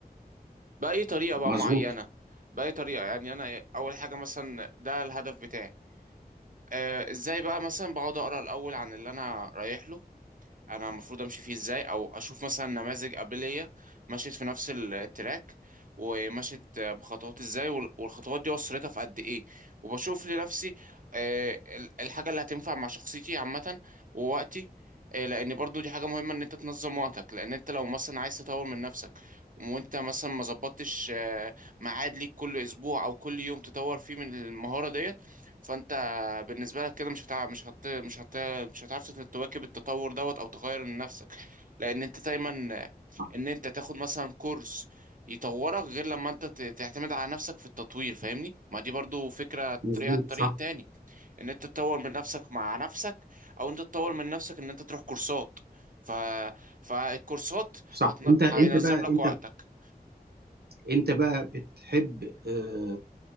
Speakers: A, on the right (about 55°); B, on the right (about 80°).
A: بأي طريقة بقى
B: مظبوط
A: معينة بأي طريقة يعني أنا أول حاجة مثلا ده الهدف بتاعي آه إزاي بقى مثلا بقعد أقرأ الأول عن اللي أنا رايح له انا المفروض امشي فيه ازاي او اشوف مثلا نماذج قبليه مشيت في نفس التراك ومشيت بخطوات ازاي وال- والخطوات دي وصلتها في قد ايه وبشوف لنفسي آه، ال- الحاجه اللي هتنفع مع شخصيتي عامه ووقتي آه، لان برضو دي حاجه مهمه ان انت تنظم وقتك لان انت لو مثلا عايز تطور من نفسك وانت مثلا ما ظبطتش آه، ميعاد ليك كل اسبوع او كل يوم تطور فيه من المهاره ديت فانت بالنسبه لك كده مش هتع... مش هت... مش هت... مش هتعرف تت- تواكب التطور دوت او تغير من نفسك لان انت دايما
B: صح.
A: ان انت تاخد مثلا كورس يطورك غير لما انت ت- تعتمد على نفسك في التطوير فاهمني ما دي برضو فكرة
B: مظبوط
A: طريقة طريق
B: صح
A: تاني ان انت تطور من نفسك مع نفسك او انت تطور من نفسك ان انت تروح كورسات ف... فالكورسات
B: صح
A: هتن...
B: انت انت
A: هينظم
B: بقى
A: لك
B: انت
A: وقتك
B: انت بقى بتحب آه،